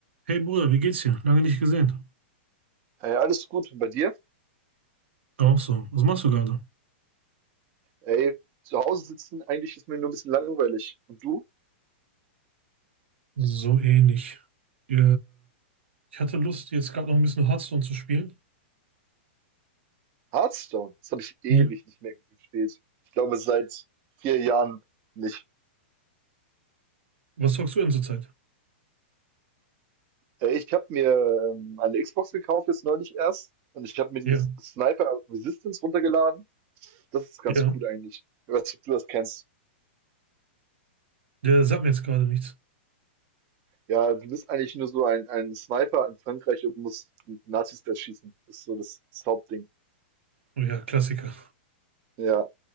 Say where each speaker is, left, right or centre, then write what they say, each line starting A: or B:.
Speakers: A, on the right; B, on the right.
A: Hey Bruder, wie geht's dir? Lange nicht gesehen.
B: Hey, alles gut. Und bei dir?
A: Auch so. Was machst du gerade?
B: Ey, zu Hause sitzen, eigentlich ist mir nur ein bisschen langweilig. Und du?
A: So ähnlich. Äh, ich hatte Lust, jetzt gerade noch ein bisschen Hearthstone zu spielen.
B: Hearthstone. Das habe ich ewig
A: Ja.
B: nicht mehr gespielt. Ich glaube, seit vier Jahren nicht.
A: Was zockst du denn zurzeit?
B: Ey, ich habe mir ähm, eine Xbox gekauft, jetzt neulich erst. Und ich habe mir dieses
A: Ja,
B: Sniper Resistance runtergeladen. Das ist ganz
A: ja.
B: cool eigentlich. Ich weiß nicht, ob du das kennst.
A: Der sagt mir jetzt gerade nichts.
B: Ja, du bist eigentlich nur so ein, ein Sniper in Frankreich und musst Nazis erschießen. Das ist so das, das Hauptding.
A: Oh ja, Klassiker.
B: Ja.